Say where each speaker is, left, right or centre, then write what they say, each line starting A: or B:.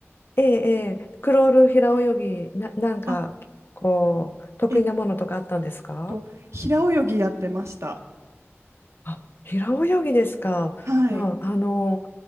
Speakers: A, on the left; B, on the right.
A: ええ、ええクロール平泳ぎ、な、なんか、
B: あ、
A: こう、得意なものとかあったんですか
B: えっと、平泳ぎやってました。
A: あ、平泳ぎですか。
B: はい。
A: まあ、あの、